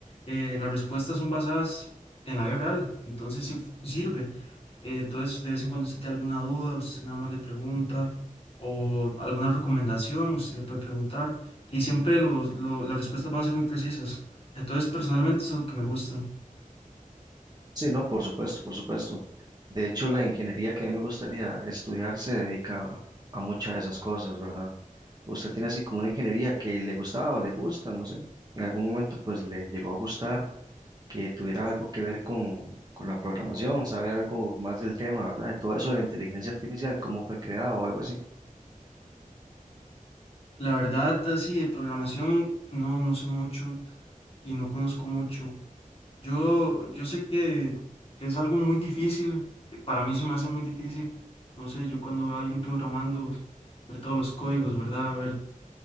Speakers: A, on the left; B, on the right.
A: eh, las respuestas son basadas en la vida real. Entonces sí fu- sirve. Eh, entonces, de vez en cuando usted tiene alguna duda, usted nada más le pregunta o alguna recomendación, usted le puede preguntar y siempre los, lo- las respuestas van a ser muy precisas. Entonces, personalmente eso es lo que me gusta.
B: Sí, no, por supuesto, por supuesto. De hecho, la ingeniería que a mí me gustaría estudiar se dedica a muchas de esas cosas, ¿verdad? Usted tiene así como una ingeniería que le gustaba o le gusta, no sé. En algún momento, pues le llegó a gustar que tuviera algo que ver con, con la programación, sabe algo más del tema, ¿verdad? De todo eso de la inteligencia artificial, cómo fue creada o algo así.
A: La verdad, así de programación, no, no sé mucho y no conozco mucho. Yo, yo sé que es algo muy difícil, para mí se me hace muy difícil. entonces yo cuando veo a alguien programando, ver todos los códigos, ¿verdad? Ver